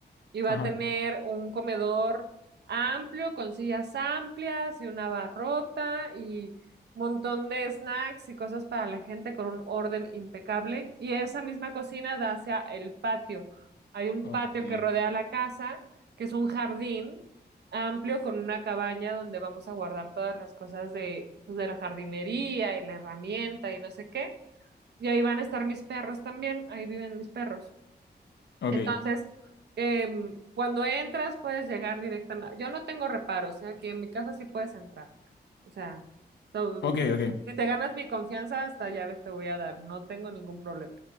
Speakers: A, on the right (about 75°); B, on the left (about 85°).
A: y va
B: Ajá.
A: a tener un comedor amplio con sillas amplias y una barrota y un montón de snacks y cosas para la gente con un orden impecable. Y esa misma cocina da hacia el patio. Hay un
B: Ok.
A: patio que rodea la casa, que es un jardín amplio con una cabaña donde vamos a guardar todas las cosas de, pues, de la jardinería y la herramienta y no sé qué. Y ahí van a estar mis perros también, ahí viven mis perros.
B: Ok.
A: Entonces, em, cuando entras puedes llegar directamente. Yo no tengo reparos, ¿eh? Aquí en mi casa sí puedes entrar. O sea, todo,
B: Ok, ok.
A: si te ganas mi confianza, hasta llaves te voy a dar, no tengo ningún problema.